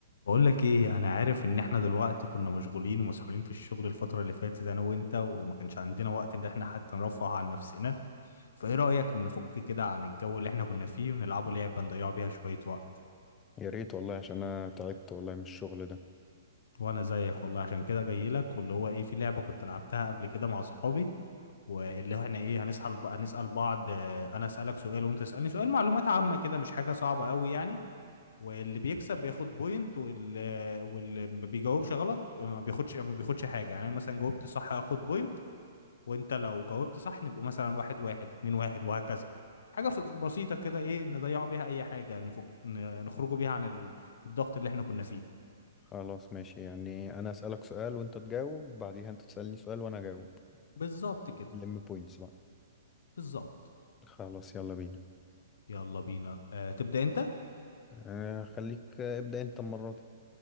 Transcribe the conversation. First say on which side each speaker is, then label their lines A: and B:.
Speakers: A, on the left; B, on the left.
A: بقول لك ايه انا عارف ان احنا دلوقتي كنا مشغولين ومسحولين في الشغل الفترة اللي فاتت انا وانت وما كانش عندنا وقت ان احنا حتى نرفه عن نفسنا فايه رأيك نفك كده عن الجو اللي احنا كنا فيه ونلعبه لعبة نضيع بيها شوية وقت
B: يا ريت والله عشان انا تعبت والله من الشغل ده
A: وانا زيك والله عشان كده جاي لك واللي هو ايه في لعبة كنت لعبتها قبل كده مع صحابي واللي هو احنا ايه هنسأل هنسأل بعض آه، انا اسألك سؤال وانت تسألني سؤال معلومات عامة كده مش حاجة صعبة قوي يعني واللي بيكسب بياخد بوينت واللي واللي ما بيجاوبش غلط ما بياخدش ما بياخدش حاجه يعني أنا مثلا جاوبت صح هاخد بوينت وانت لو جاوبت صح نبقوا مثلا واحد واحد اتنين واحد وهكذا حاجه في- بسيطه كده ايه نضيعوا بيها اي حاجه نفك ن- نخرجوا بيها عن ال- الضغط اللي احنا كنا فيه
B: خلاص ماشي يعني انا اسالك سؤال وانت تجاوب بعديها انت تسالني سؤال وانا اجاوب
A: بالظبط كده
B: ولم بوينتس بقى
A: بالظبط
B: خلاص يلا بينا
A: يلا بينا أه تبدا انت
B: آه، خليك آه، ابدا انت المره دي